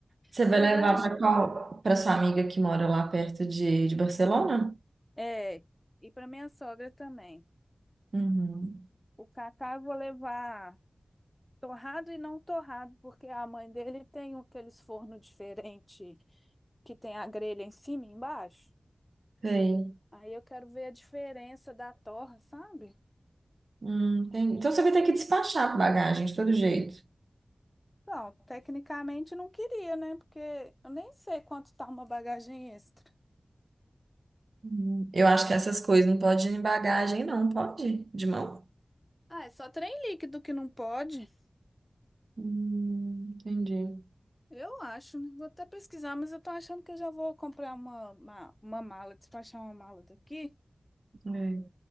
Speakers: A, on the right; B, on the left.
A: Você
B: Na
A: vai
B: verdade,
A: levar
B: ach-
A: para qual? Para sua amiga que mora lá perto de, de Barcelona?
B: é, e para minha sogra também.
A: Uhum.
B: O cacau eu vou levar. Torrado e não torrado, porque a mãe dele tem um- aqueles forno diferente que tem a grelha em cima e embaixo.
A: Sei.
B: Aí eu quero ver a diferença da torra, sabe?
A: Hum, tem... Então você vai ter que despachar bagagem de todo jeito.
B: Não, tecnicamente não queria, né? Porque eu nem sei quanto tá uma bagagem extra.
A: Hum, Eu acho que essas coisas não pode ir em bagagem, não, pode? De mão?
B: Ah, é só trem líquido que não pode.
A: Hum, entendi.
B: Eu acho, né? Vou até pesquisar, mas eu tô achando que eu já vou comprar uma, uma, uma mala, despachar uma mala daqui,
A: É.